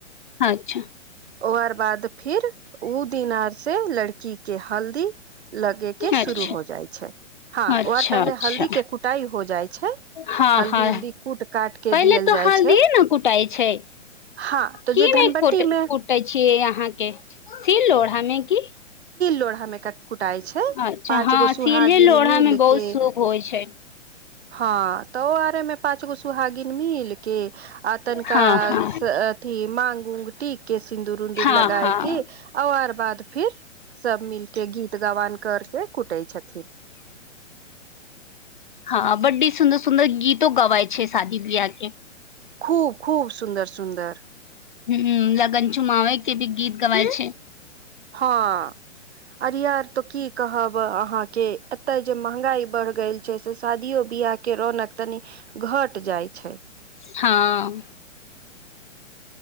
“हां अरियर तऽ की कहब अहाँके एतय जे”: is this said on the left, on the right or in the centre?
Right